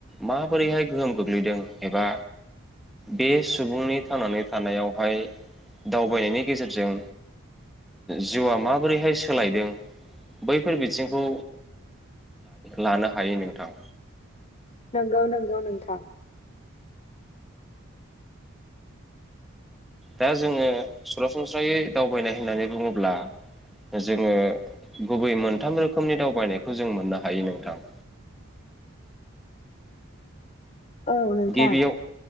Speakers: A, in the centre; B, on the left.
A: माबोरैहाय गोहोम गोग्लैदों एबा बे सुबुंनि थांनानै थानायावहाय दावबायनायनि गेजेरजों जिउआ माबोरैहाय सोलायदों बैफोर बिथिंखौ लानो हायो नोंथां
B: नंगौ नंगौ नोंथां
A: दा जोङो सरासनस्रायै दावबायनाय होननानै बुङोब्ला जोङो गुबै मोनथाम रोखोमनि दावबायनायखौ जों मोननो हायो नोंथां।
B: औ नोंथां
A: गिबियाव